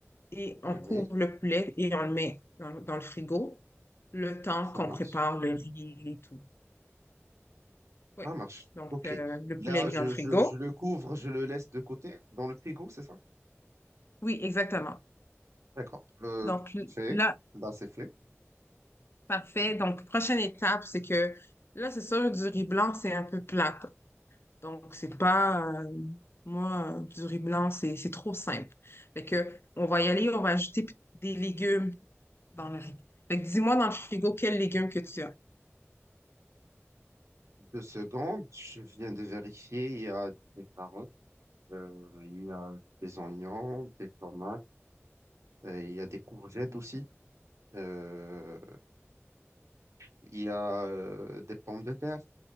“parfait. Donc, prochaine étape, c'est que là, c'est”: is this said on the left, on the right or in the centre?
Left